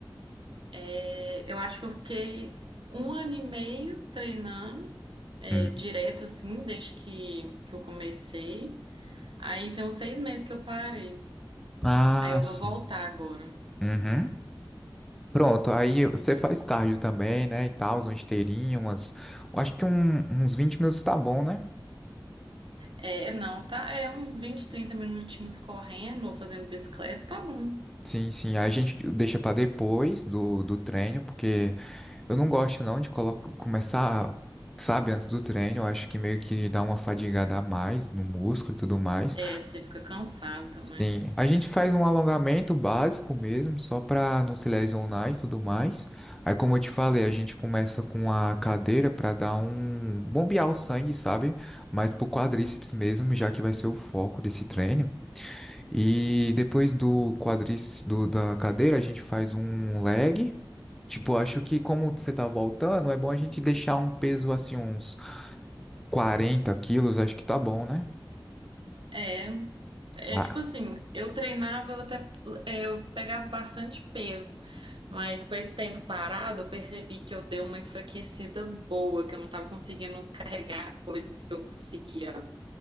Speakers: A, on the right; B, in the centre.
A: É, eu acho que eu fiquei um ano e meio treinando, é,
B: Hum.
A: direto assim, desde que, que eu comecei. Aí tem uns seis meses que eu parei.
B: Ah,
A: Aí eu
B: sim.
A: vou voltar agora.
B: Uhum. Pronto, aí você faz cardio também, né, e tal, uma esteirinha, umas, eu acho que um- uns 20 minutos tá bom, né?
A: É, não, tá? É uns 20, 30 minutinhos correndo ou fazendo bicicleta, tá bom.
B: Sim, sim, aí a gente deixa pra depois do, do treino, porque eu não gosto não de colo- começar, sabe, antes do treino, eu acho que meio que dá uma fadigada a mais no músculo e tudo mais,
A: É, você fica cansado também.
B: Sim, a gente faz um alongamento básico mesmo, só para não se lesionar e tudo mais. Aí, como eu te falei, a gente começa com a cadeira para dar um bombear o sangue, sabe? Mas pro quadríceps mesmo, já que vai ser o foco desse treino. E depois do quadríceps do- da cadeira, a gente faz um leg. Tipo, acho que como você tá voltando, é bom a gente deixar um peso assim, uns 40 quilos, acho que tá bom, né?
A: É, é
B: Ah,
A: tipo assim, eu treinava até, é, eu pegava bastante peso, mas com esse tempo parado, eu percebi que eu dei uma enfraquecida boa, que eu não tava conseguindo carregar coisas que eu conseguia.